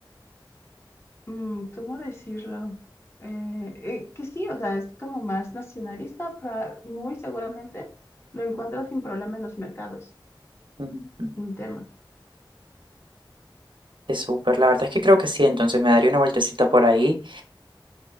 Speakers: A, on the left (about 30°); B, on the right (about 70°).
A: mm, ¿cómo decirlo? Eh, eh, que sí, o sea, es como más nacionalista, pero muy seguramente lo encuentro sin problema en los mercados,
B: Mm.
A: sin tema.
B: Es súper, la verdad es que creo que sí, entonces me daría una vueltecita por ahí